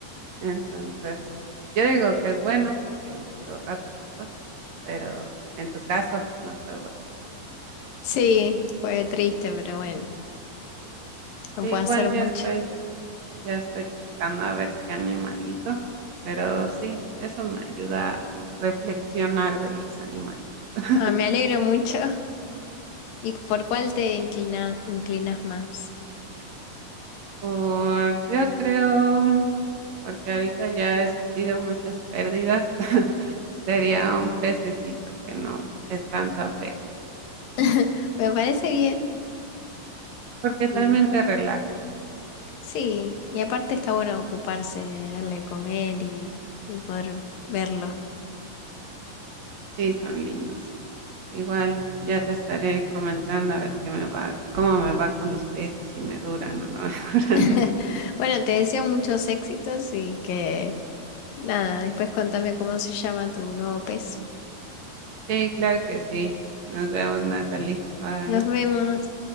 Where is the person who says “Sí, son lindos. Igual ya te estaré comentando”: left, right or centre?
Right